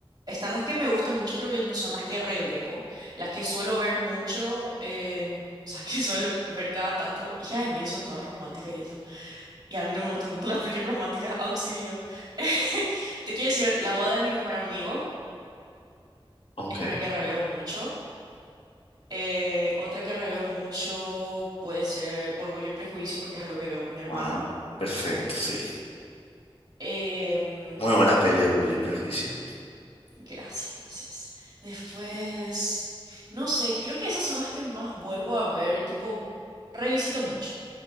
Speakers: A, on the right; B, on the left.
A: están las que me gustan mucho, pero que no son las que reveo. Las que suelo ver mucho, eh, <laughs> o sea, que suelo ver cada tanto. Hija de Mil son todas románticas y eso. Y a mí no me gustan tanto las pelis románticas, auxilio. <laughs> Te quiero decir, La boda de mi mejor amigo
B: Ok.
A: es una que reveo mucho. Eh, otra que reveo mucho puede ser Orgullo y Prejuicio porque es algo que veo con mi hermana.
B: Wow, perfecto, sí.
A: Em,
B: Muy buena peli, Orgullo y Prejuicio.
A: gracias, gracias. Después, no sé, creo que esas son las que más vuelvo a ver y tipo revisito mucho.